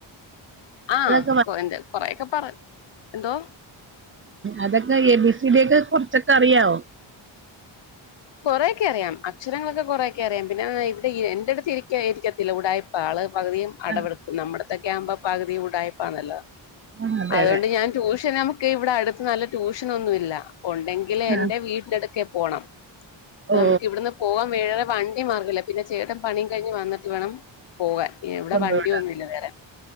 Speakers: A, on the left; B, on the right.
A: ആഹ്
B: അതൊക്കെ വാ-
A: എന്ത് കൊറെയൊക്കെ പറ എന്തോ
B: അതക്കെ എ ബി സി ഡിയക്കെ കൊറച്ചൊക്കെ അറിയാവോ
A: കൊറേയൊക്കെ അറിയാം അക്ഷരങ്ങളക്കെ കൊറെക്കെ അറിയാം പിന്നെ ഇവിടെ എന്റെടുത്ത് ഇരിക്ക ഇരിക്കത്തില്ല ഉടായിപ്പ ആള് പകുതിയും അടവെടെക്കും
B: ആ
A: നമ്മുടെത്തെയ്ക്കാമ്പം പകുതിയും ഉടായിപ്പാന്നല്ലോ
B: ആ അതെ
A: അതുകൊണ്ട്
B: അതെ
A: ഞാൻ ട്യൂഷൻ നമു ക്ക് ഇവിടെടുത്ത് നല്ല ട്യൂഷനൊന്നുയില്ല ഒണ്ടെങ്കില്
B: ആ
A: എന്റെ വീട്ടിനടുക്കേ പോണം അപ്പ
B: ഓ
A: നമുക്കിവിടന്ന് പോവാൻ വേറെ വണ്ടി മാർഗയില്ല പിന്നെ ചേട്ടൻ പണി കഴിഞ്ഞ് വന്നിട്ട് വേണം പോവാൻ ഇവിടെ
B: കൊണ്ടുവിടാം
A: വണ്ടിയൊന്നുയില്ല വേറെ